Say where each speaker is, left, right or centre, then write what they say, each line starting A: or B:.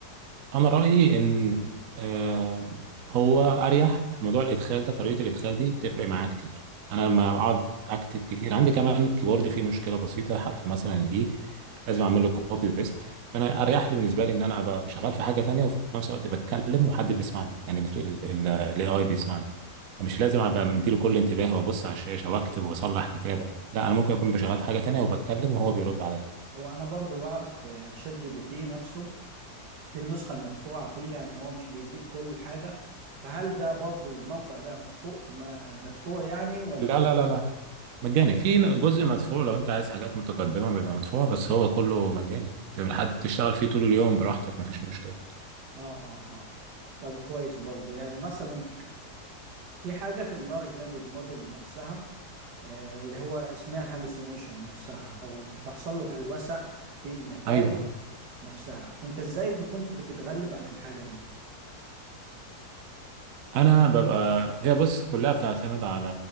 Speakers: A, on the right; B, on the right.
A: انا رايي ان آه، هو اريح موضوع الادخال ده طريقه الادخال دي بتفرق معايا كتير انا لما اقعد اكتب كتير عندي كمان الكيبورد فيه مشكله بسيطه حرف مثلا الاي لازم اعمل له كوبي وبيست فانا اريح لي بالنسبه لي ان انا ابقى شغال في حاجه تانية وفي نفس الوقت بتكلم وحد بيسمعني يعني الاي اي بيسمعني فمش لازم
B: طب
A: ابقى مديله كل انتباه وابص على الشاشه واكتب واصلح كتابه لا انا ممكن اكون بشغال في حاجه تانية وبتكلم وهو بيرد عليا
B: هو انا برضو بعرف يعني شات جي بي تي نفسه في النسخة المدفوعة فيه يعني هو مش بيديك كل حاجة فهل ده برضو الموقع ده مدفوع ما- مدفوع يعني ولا
A: لا لا لا لا مجاني
B: اه
A: في جزء مدفوع لو انت عايز حاجات متقدمة بيبقى مدفوع بس هو كله مجاني تبقى حد تشتغل فيه طول اليوم براحتك مفيش مشكلة
B: اه اه طب كويس برضو يعني مثلا في حاجة في اللارج لانجوج موديل نفسها آه، اللي هو اسمها الهالوسينيشن نفسها او بتحصل له هلوسة في النتائج
A: ايوه
B: نفسها انت ازاي كنت بتتغلب عن الحاجة دي
A: انا ببقى هي بص كلها بتعتمد على